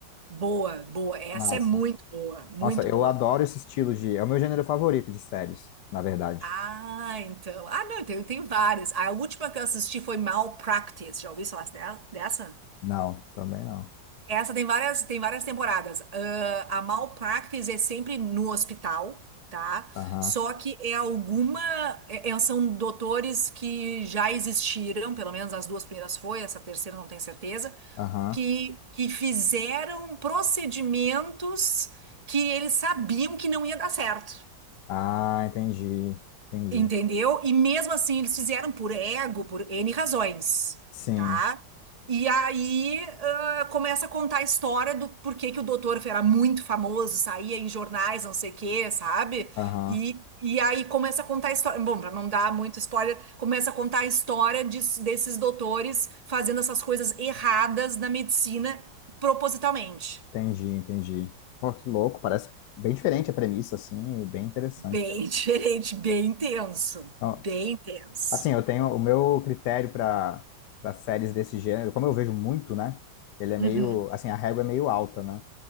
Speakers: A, on the right; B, on the left.
A: Boa, boa. Essa
B: Massa.
A: é muito boa, muito
B: Nossa, eu
A: boa.
B: adoro esse estilo de. É o meu gênero favorito de séries, na verdade.
A: Ah, então. Ah, não, tem, tem várias. A última que eu assisti foi Malpractice. Já ouviu falar dela- dessa?
B: Não, também não.
A: Essa tem várias, tem várias temporadas. Ah, a Malpractice é sempre no hospital, tá?
B: Aham,
A: Só que é alguma. é- é- são doutores que já existiram, pelo menos as duas primeiras foi, essa terceira não tenho certeza,
B: aham.
A: que, que fizeram procedimentos que eles sabiam que não ia dar certo.
B: Ah, entendi, entendi.
A: Entendeu? E mesmo assim, eles fizeram por ego, por N razões,
B: Sim,
A: tá? E aí ah, começa a contar a história do porquê que o doutor era muito famoso, saía em jornais, não sei o quê, sabe?
B: aham.
A: E, e aí começa a contar a história. Bom, pra não dar muito spoiler, começa a contar a história de- desses doutores fazendo essas coisas erradas na medicina propositalmente.
B: Entendi, entendi. Pô, que louco, parece bem diferente a premissa, assim, e bem interessante.
A: Bem <laughs> diferente, bem intenso.
B: Então,
A: Bem intenso.
B: assim, eu tenho o meu critério para para séries desse gênero, como eu vejo muito, né? Ele é meio,
A: Uhum,
B: assim, a régua é meio alta, né?